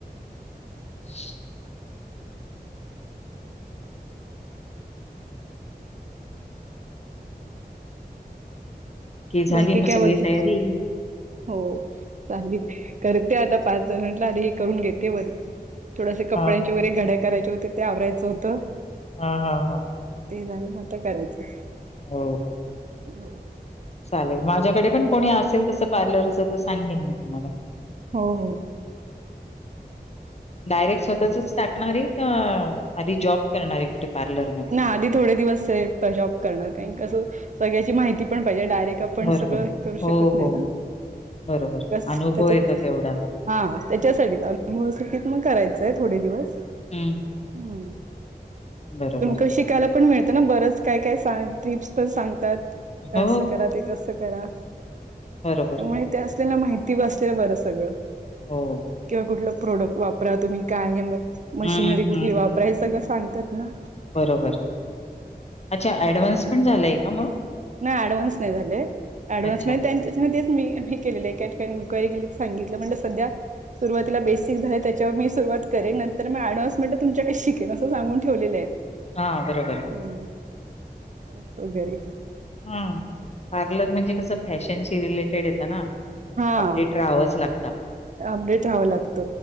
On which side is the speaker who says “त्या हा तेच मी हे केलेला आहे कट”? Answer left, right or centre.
Right